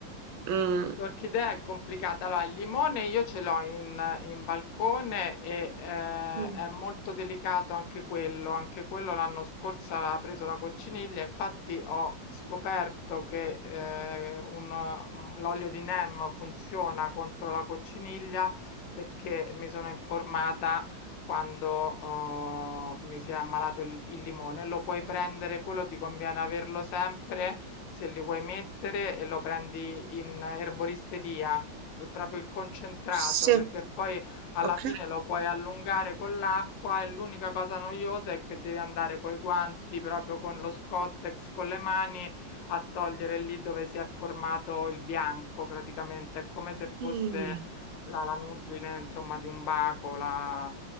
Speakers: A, on the right (about 85°); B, on the left (about 75°).
A: Mm,
B: L'orchidea è complicata. Allora, il limone io ce l'ho in, in balcone e eh,
A: Mm.
B: è molto delicato anche quello. Anche quello l'anno scorso aveva preso la cocciniglia. Infatti ho scoperto che eh, un- l'olio di neem funziona contro la cocciniglia perché mi sono informata quando eh, mi si è ammalato il, il limone. Lo puoi prendere, quello ti conviene averlo sempre se li vuoi mettere e lo prendi in erboristeria, è proprio il concentrato,
A: sì,
B: perché poi alla
A: ok.
B: fine lo puoi allungare con l'acqua e l'unica cosa noiosa è che devi andare coi guanti, proprio con lo Scottex, con le mani, a togliere lì dove si è formato il bianco, praticamente, è come se fosse
A: Mm.
B: la lanugine, insomma, di un baco, la...